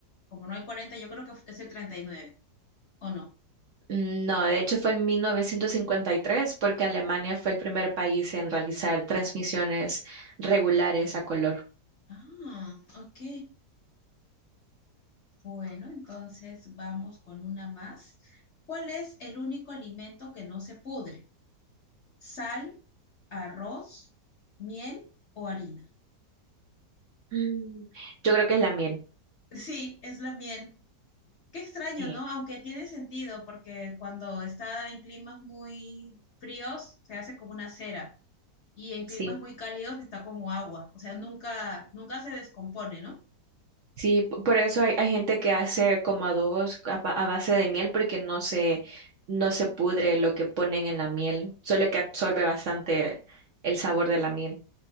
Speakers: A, on the left (about 50°); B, on the right (about 55°).
A: como no hay 40, yo creo que es el treinta y nueve. ¿o no?
B: No, de hecho fue en 1953 porque Alemania fue el primer país en realizar transmisiones regulares a color.
A: Ah, ok. Bueno, entonces vamos con una más. ¿Cuál es el único alimento que no se pudre? ¿Sal, arroz, miel o harina?
B: Mm, Yo creo que es la miel.
A: Sí, es la miel. Qué extraño,
B: Eh,
A: ¿no? Aunque tiene sentido, porque cuando está en climas muy fríos, se hace como una cera y en
B: Sí,
A: climas muy cálidos está como agua, o sea, nunca, nunca se descompone, ¿no?
B: sí, p- por eso hay, hay gente que hace como adobos a, ba- a base de miel porque no se, no se pudre lo que ponen en la miel, solo que absorbe bastante el sabor de la miel.